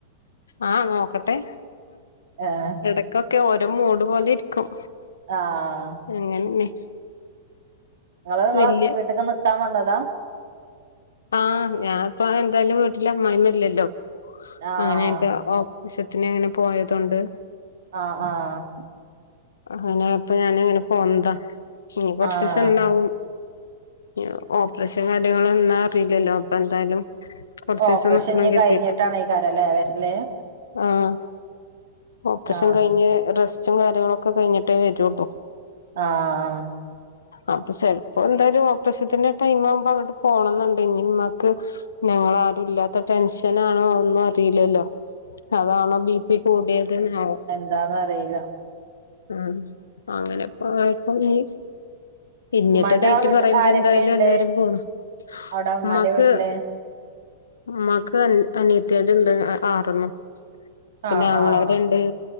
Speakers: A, on the left (about 85°); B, on the right (about 70°).
A: ആഹ് നോക്കട്ടെ
B: ഏഹ്
A: എട് ട ക്കൊക്കെ ഓരോ മൂഡ് പോലെ ഇരിക്കും
B: ആഹ്
A: അങ്ങനെന്നെ
B: ഇങ്ങള് ഇങ്ങളെ
A: വല്യ
B: വീട്ട്ക്ക് നിക്കാൻ വന്നതാ
A: ആഹ് ഞാനിപ്പ എന്തായാലും വീട്ടിൽ അമ്മായിമ്മ ഇല്ലല്ലോ
B: ആഹ്
A: അങ്ങനൊക്കെ ഒ ആവശ്യ ത്തിന് അങ്ങനെ പോയതോണ്ട്
B: അഹ് ആഹ്
A: അങ്ങനായപ്പ ഞാന് അങ്ങനെ പോന്നതാ ഇനി കൊറച്ചീസംണ്ടാവും
B: ആഹ്
A: ഇഞ് ഓപ്പറെഷംകാര്യങ്ങള് എന്ന അറില്ലല്ലോ അപ്പൊ എന്തായാലും കൊറച്ചീസം
B: ഓപ്പറേഷൻ
A: നിക്കണം
B: ഇഞ്ഞ്
A: കരുതീട്ട
B: കഴിഞ്ഞിട്ടാണേക്കാരല്ലേ വരല്
A: ആഹ് ഓപ്പറെഷ്
B: ആഹ്
A: കഴിഞ്ഞ് റെസ്റ്റും കാര്യങ്ങളൊക്കെ കഴിഞ്ഞിട്ടേ വരൊള്ളൂ
B: അഹ്
A: അപ്പൊ ചെലപ്പോ എന്തായാലും ഓപ്പ്രസത്തിന്റെ ടൈം ആവുമ്പോ അങ്ങോട്ട് പോണംന്നുണ്ട് ഇഞ് ഇമാക്ക് ഞങ്ങള് ആരുും ഇല്ലാത്ത ടെൻഷനാണോ ഒന്നും അറില്ലല്ലോ അതാണോ ബി പി കൂടിയത് ആവൊ
B: ന്താന്ന് അറീല്ല
A: ഉം അങ്ങനെപ്പോയപ്പ ഇഞ് ഇഞ്ഞത്തെ
B: ഉമ്മാന്റെ
A: ഡേറ്റ്
B: ആ വീട്ടിൽ
A: പറയുമ്പോ
B: ആരൊക്കെയുണ്ട്
A: എന്തായാലും എല്ലാരും പോണം
B: അവിടെ ഉമ്മാന്റെ
A: ഉമ്മാക്ക്
B: വീട്ടില്
A: ഉമ്മാക്ക് അനിയത്തിള്ണ്ട് ആറെണ്ണം പിന്നെ
B: ആഹ്
A: ആങ്ങളാണ്ട്
B: ആഹ്